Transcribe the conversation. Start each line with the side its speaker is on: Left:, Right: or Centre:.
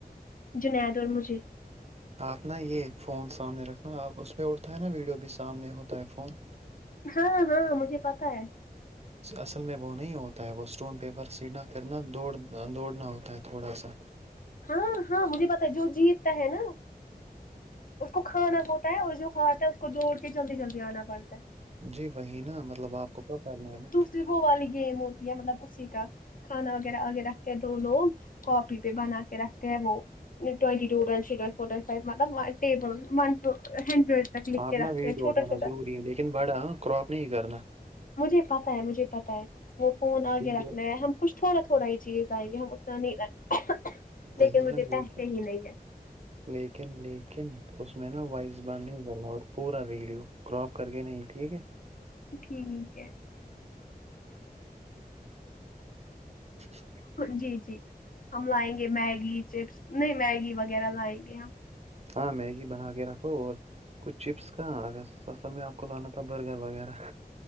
Left: جنید اور مجھے-
Right: آپ نا یہ فون سامنے رکھنا آپ اس میں اڑتا ہے نا ویڈیو بھی سامنے ہوتا ہے فون-
Left: ہاں- ہاں مجھے پتا ہے
Right: اصل میں وہ نہیں ہوتا ہے وہ اسٹون پیپر سینا پھرنا دوڑ دوڑنا ہوتا ہے تھوڑا سا- <inaudible>
Left: ہاں- ہاں مجھے پتا ہے جو جیتتا ہے نا اس کو کھانا ہوتا ہے اور جو ہاتھ ہے اس کو دوڑ کے جلدی جلدی آنا پڑتا ہے-
Right: جی- وہی نا مطلب آپ کو کب کرنا ہے وہ-
Left: سبو والی گیم ہوتی ہے مطلب اسی کا کھانا وغیرہ وغیرہ- دو لوگ کاپی پہ بنا کے رکھتے ہیں وہ- ٹوونٹی ٹ ون شٹ فورٹوائٹ فائیو مطلب ٹیبل ون ٹو ہنڈریڈ- تک لکھ
Right: آپنا
Left: کے رکھتے
Right: ویٹ
Left: ہیں چھوٹا
Right: اٹھانا
Left: چھوٹا
Right: ضوری ہے لیکن بڑا کراپ نہیں کرنا-
Left: مجھے پتا ہے مجھے پت ہے وہ فون آگے
Right: ویڈیو
Left: رکھنا ہے ہم- کچھ تھوڑا تھوڑا ہی چیز آئیں گی ہم اتنا نہیں لیں
Right: وہی
Left: لیکن مجھے
Right: نا
Left: پیسے
Right: لیکن
Left: ہی نہیں ہے-
Right: لیکن- لیکن اس میں نا وائس بار نہیں کرنا اور پورا ویڈیو- کراپ کر کے نہیں ٹھیک ہے-
Left: ٹھیک ہے-
Right: ج
Left: جی- جی ہم لائیں گے میگی چپس نہیں میگی وغیرہ لائیں گے ہم-
Right: ہاں میگی بنا کے رکھو اور- کچھ چپس کا ا اصل میں آپ کو لانا تھا برگر وغیرہ-